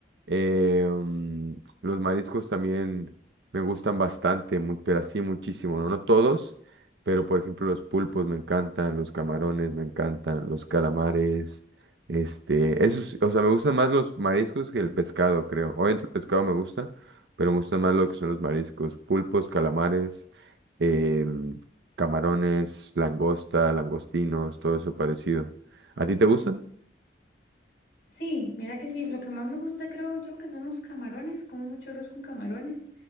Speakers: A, on the right; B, on the left.
A: Eh, mm, los mariscos también me gustan bastante, mu- pero así muchísimo, ¿no? No todos, pero por ejemplo los pulpos me encantan, los camarones me encantan, los calamares, este, esos, o sea, me gustan más los mariscos que el pescado, creo. Obviamente el pescado me gusta, pero me gustan más lo que son los mariscos, pulpos, calamares, eh, mm, camarones, langosta, langostinos, todo eso parecido. ¿A ti te gustan?
B: Sí, mira que sí, lo que más me gusta creo yo que son los camarones, como mucho arroz con camarones